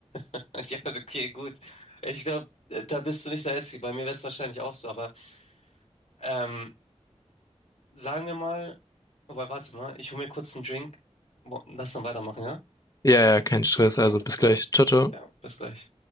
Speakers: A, on the left (about 70°); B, on the left (about 30°).
A: <laughs> ja, okay, gut. Ich glaube, da bist du nicht der Einzige. Bei mir wäre es wahrscheinlich auch so, aber ähm, Sagen wir mal, wobei, warte mal, ich hol mir kurz einen Drink. Wo- Lass dann weitermachen, ja?
B: Ja, ja, kein Stress,
A: Gib mir, gib
B: also
A: mir kurz
B: bis
A: eine.
B: gleich. Ciao, ciao.
A: Ja, bis gleich.